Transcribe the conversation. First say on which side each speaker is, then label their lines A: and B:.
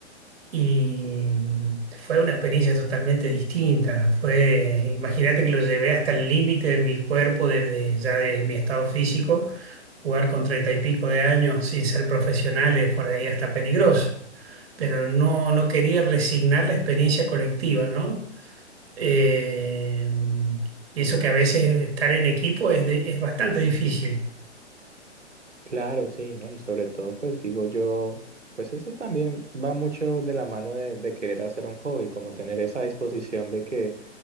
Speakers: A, on the right (about 55°); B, on the right (about 85°).
A: y mm, fue una experiencia totalmente distinta. Fue, imagínate que lo llevé hasta el límite de mi cuerpo, de, de- ya de mi estado físico, jugar con treinta y pico de años sin ser profesionales, por ahí hasta peligroso. Pero no, no quería resignar la experiencia colectiva, ¿no? Eh, mm, y eso que a veces estar en equipo es, de- es bastante difícil.
B: Claro, sí, ¿no? Y sobre todo, pues digo yo, pues eso también va mucho de la mano de, de querer hacer un hobby, como tener esa disposición de que